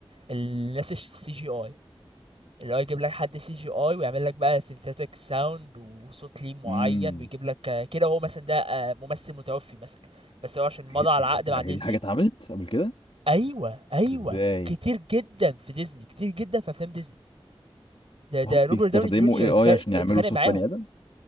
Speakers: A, on the right; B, on the left.
A: الناس السي جي اي اللي هو يجيب لك حد سي جي اي ويعمل لك بقى سينثيتك ساوند وصوت ليه معين
B: امم
A: ويجيب لك آه، كده هو مثلا ده آه، ممثل متوفي مثلا بس هو عشان مضى
B: إيه؟
A: على العقد
B: ده؟
A: مع
B: هي
A: ديزني
B: دي حاجه اتعملت قبل كده
A: ايوه ايوه
B: ازاي
A: كتير جدا في ديزني كتير جدا في افلام ديزني ده
B: وات
A: ده روبرت
B: بيستخدموا
A: داوني جونيور
B: اي
A: اتخانق
B: اي عشان يعملوا
A: اتخانق
B: صوت
A: معاهم
B: بني ادم